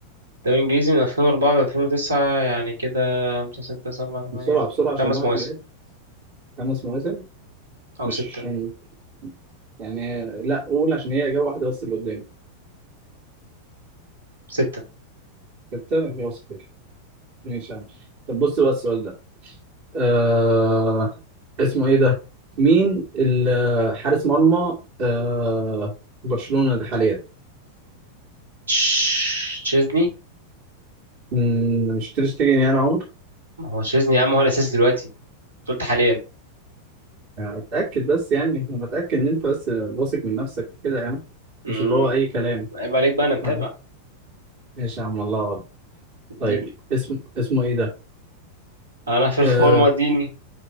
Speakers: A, on the right (about 75°); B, on the right (about 45°).
A: الدوري الإنجليزي من 2004 ل 2009 يعني كده خمسة ستة سبعة تمانية
B: بسرعه بسرعه عشان
A: خمس
B: الوقت
A: مواسم
B: بيعد خمس مواسم
A: أو
B: مش
A: ستة
B: عشان يعني لا قول عشان هي اجابه واحده بس اللي قدامي
A: ستة
B: ستة يبقى خير ماشي يا عم طب بص بقى السؤال ده آه اسمه ايه ده مين ال- حارس مرمى آه برشلونة ده حاليا
A: تش- تشيزني
B: مم، مش تير شتيجن يعني يا عمر
A: ما هو تشيزني يا عم هو الأساس دلوقتي أنت قلت حاليا
B: يعني اتاكد بس يعني انا متاكد ان انت بس واثق من نفسك كده يا عم
A: امم
B: مش اللي هو اي كلام
A: عيب عليك بقى أنا متابع
B: فاهم؟ ماشي يا عم الله أكبر.
A: اديني
B: طيب اسم اسمه ايه ده
A: أنا في الفورمة
B: آه
A: اديني